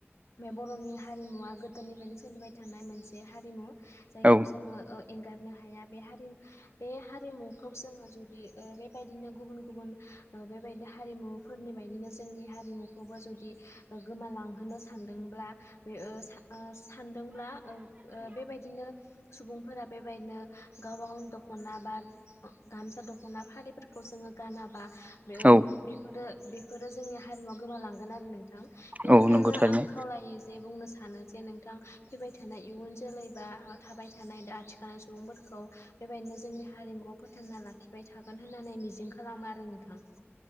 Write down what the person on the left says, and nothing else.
बे बर'नि हारिमुवा गोदोनिफ्रायनो सोलिबाय थानाय मोनसे हारिमु जायखौ
जोङो एंगारनो हाया बे हारि बे हारिमुखौ जोङो जुदि ओ बेबायदिनो गुबुन गुबुन बेबायदिनो हारिमुफोरनि बायदिनो जोंनि हारिमुखौबो जुदि गोमालांहोनो सान दोंब्ला बे ओ सा ओ सानदोंब्ला ओ ओ बेबायदिनो सुबुंफोरा बेबायदिनो गावबागावनि दख'ना बा गामसा दख'ना फालिफोरखौ जोङो गानाब बा बे-बेफोरो
बेफोरो जोंनि हारिमुवा गोमालांगोन आरो नों नोंथां बिनिखायनो
आं खावलायो जे बुंनो सानो जे नोंथां फैबाय थानाय इयुन जोलै बा थाबाय थानाय दा आथिखालनि सुबुंफोरखौ बेबायदिनो जोंनि हारिमु फोथांना लाखिबाय थागोन होननानै मिजिं खालामो आरो नोंथां